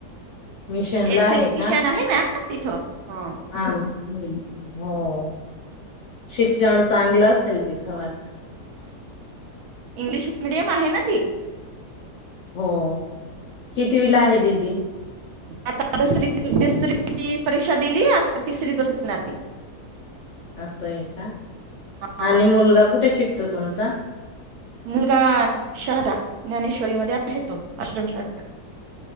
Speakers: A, on the left; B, on the right.
A: मिशनला
B: एस
A: आहे
B: एम मिशन
A: का?
B: आहे ना तिथं. हा
A: आ हो, शिक्षण चांगलं असेल तिथं वा
B: <inaudible> इंग्लिश मिडियम आहे ना ती.
A: हो कितीविला आहे दीदी?
B: आता दुसरी दुसरी ची परीक्षा दिली. आता तिसरी बसविणार ती
A: असं आहे का
B: हा.
A: आणि मुलगा कुठे शिक तोय तुमचा?
B: मुलगा शहादा ज्ञानेश्वरी मध्ये आहे. तो आश्रम शाळेत